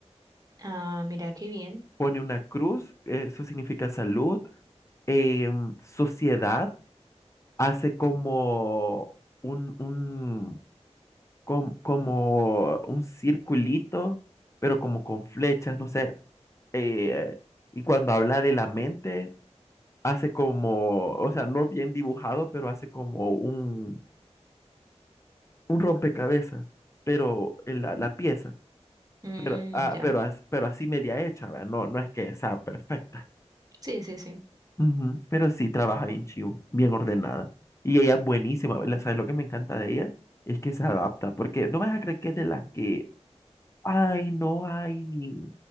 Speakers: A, on the right (about 35°); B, on the left (about 25°).
A: Ah, mira, qué bien.
B: Pone una cruz, eh, eso significa salud. Em, sociedad hace como un, un, com- como un circulito, pero como con flechas, no sé. eh, y cuando habla de la mente hace como, o sea, no bien dibujado, pero hace como un, un rompecabezas, pero en la, la pieza,
A: Mm,
B: pero, ah,
A: ya,
B: pero, as- pero así media hecha, ¿verdad? No, no es que sea perfecta,
A: sí, sí, sí.
B: Ujú, Pero sí trabaja bien chivo, bien ordenada. Y ella es buenísima, la- ¿sabes lo que me encanta de ella? Es que se adapta, porque no vas a creer que es de las que, ay, no hay.